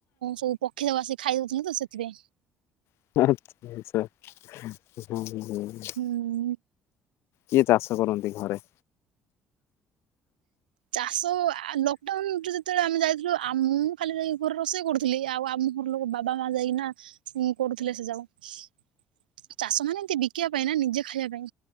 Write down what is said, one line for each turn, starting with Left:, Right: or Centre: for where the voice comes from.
Right: ସବୁ ପକ୍ଷୀ ଯାକ ଆସିକି ଖାଇଦଉଥିଲେ ତ ସେଥିପାଇଁ।
Left: <unintelligible>
Right: ହୁଁ।
Left: କିଏ ଚାଷ କରନ୍ତି ଘରେ?
Right: ଚାଷ ଲକଡାଉନରେ ଯେତେବେଳେ ଆମେ ଯାଇଥିଲୁ ଆମ ଖାଲି ଯାଇକି ଘରେ ରୋଷେଇ କରୁଥିଲି ଆଉ ଆମ ଘର ଲୋକ ବାବା ମା ଯାଇକିନା କରୁଥିଲେ ସେ ଯାକ ଚାଷ ମାନ ଏମତି ବିକିବା ପାଇଁ ନା ନିଜେ ଖାଇବା ପାଇଁ